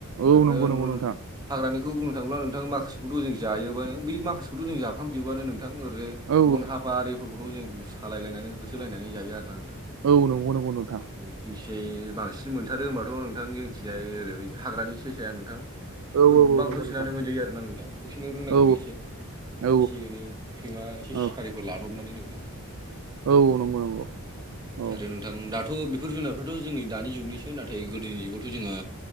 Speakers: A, on the right; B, on the right.
A: औ
B: ओरैनो
A: नंगौ नंगौ नोंथां
B: नु हाग्रानिखौ बुंनो थाङोब्ला नोंथां माखासेखौथ जों जायोबो बै माखासेखौथ जों जाफ्राम जोबोआनो नोंथां ओरै।
A: औ
B: बन हाफा आरिफोरखौथ जों सालाय लायनानै होसोलायनानै जायो आरोना नोंथां।
A: औ नंगौ नंगौ नोंथां।
B: जेसे बांसिन मोनथारो होनोमबाथ नोंथां जोंनिथिंजाय ओरै बै हाग्रानि सेसाया नोंथां।
A: औ
B: गोबां
A: औ औ नंगौ
B: होसोनानै
A: नोंथां
B: मोनजायो आरोना नोंथां होसोनो रोंनांगोन
A: औ
B: एसे।
A: औ
B: एसे एनै सैमा एसे
A: औ
B: सि <unintelligible> लादबनानै नोंथां
A: औ
B: औ
A: नंगौ नंगौ औ
B: आरो थां दाथ बेफोर जुनारफ्राथ जोंनि दानि जुगनिसो नाथाय गोदोनि जुगावथ जोंहा